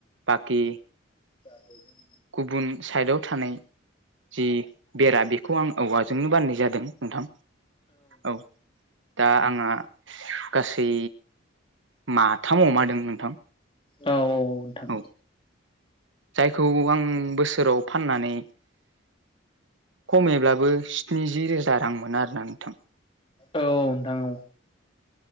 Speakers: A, on the right; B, on the left.
A: बाखि
B: जाथों <unintelligible>
A: गुबुन साइडाव थानाय जि बेरा बेखौ आं औवाजोंनो बाननाय जादों नोंथां। औ दा आंहा गासै माथाम अमा दो नोंथां।
B: औ औ नोंथां
A: औ जायखौ आं बोसोराव फाननानै खमैब्लाबो स्निजि रोजा रां मोनो आरोना नोंथां।
B: औ नोंथां औ